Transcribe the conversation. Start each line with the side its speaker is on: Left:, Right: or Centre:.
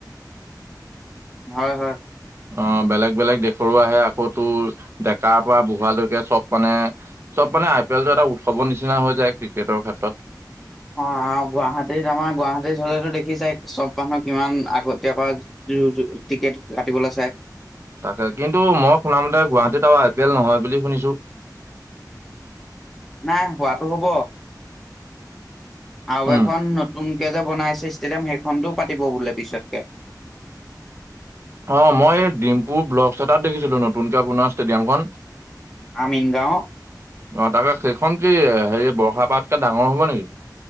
Right: <inaudible>
Centre: হয়, হয়।
Right: অ', বেলেগ বেলেগ দেশৰো আহে আকৌতো ডেকাৰ পৰা বুঢ়ালৈকে চব মানে চব মানে আই পি এলটো এটা উৎসৱৰ নিচিনা হৈ যায় ক্ৰিকেটৰ ক্ষেত্ৰত।
Centre: অ', আৰু গুৱাহাটীত আমাৰ গুৱাহাটী হ'লেতো দেখি চাই চব মানুহ কিমান আগতীয়াকৈ টিকেট কাটিবলৈ চাই।
Right: তাকে কিন্তু মই শুনামতে গুৱাহাটীত আৰু আই পি এল নহয় বুলি শুনিছো।
Centre: নাই হোৱাতটো হ'ব আৰু
Right: উম
Centre: এখন নতুনকে যে বনাই ষ্টেডিয়াম সেইখনতো পাতিব বোলে পিছতকে।
Right: অ', মই ডিম্পুৰ ব্লকচ এটাত দেখিছিলো নতুনকে পুণৰ ষ্টেডিয়ামখন।
Centre: আমিনগাঁও।
Right: অ', তাকে সেইখন কি হেৰি বৰ্ষাপাৰতকে ডাঙৰ হ'ব নেকি?